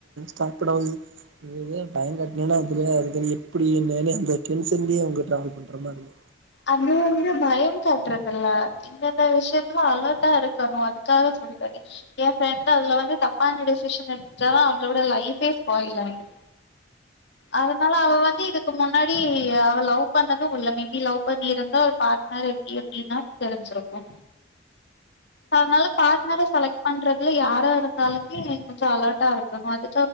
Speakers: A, on the right; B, on the left.
A: சாப்பிட <unintelligible> பயோங்காட்டினா அது அதுக்க எப்பிடி என்ன அந்தடென்ஸன்லே ட்ராவல் பண்ண பயமா இருக்கு
B: அது வந்து பயங் காட்டறதில்ல இந்தந்த விஷயத்துல அலர்ட்டா இருக்கணு அதுக்காக சொல்றது என் ஃப்ரெண்டு அதுல வந்து தப்பான டெசிஷன் எடுத்துட்டானா அவளோட லைஃபே ஸ்பாயில் ஆய்டு அதனால அவ வந்து இதுக்கு முன்னாடி அவ லவ் பண்ணது உள்ள மேபி லவ் பண்ணிருந்தா ஒரு பார்ட்னர் எப்டி அப்டின்னா தெரிஞ்சிருக்கு அதனால பார்ட்னர செலக்ட் பண்றதுல யாரா இருந்தாலுமே கொஞ்ச அலர்ட்டா இருக்கணு அது